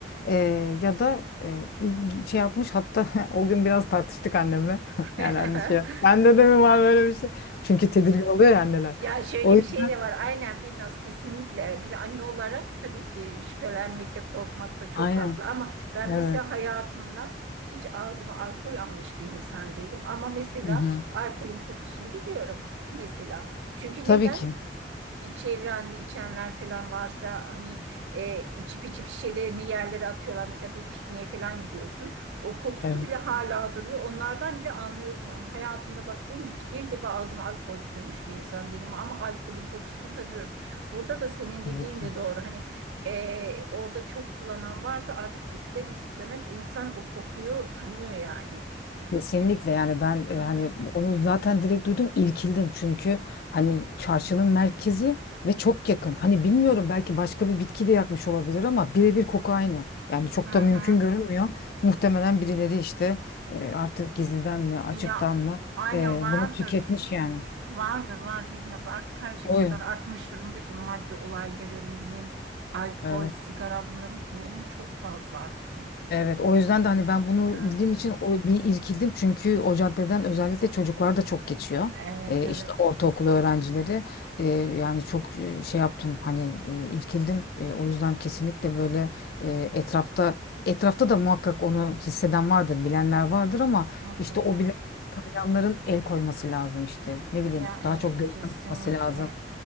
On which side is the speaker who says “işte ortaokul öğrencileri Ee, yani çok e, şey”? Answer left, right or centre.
Left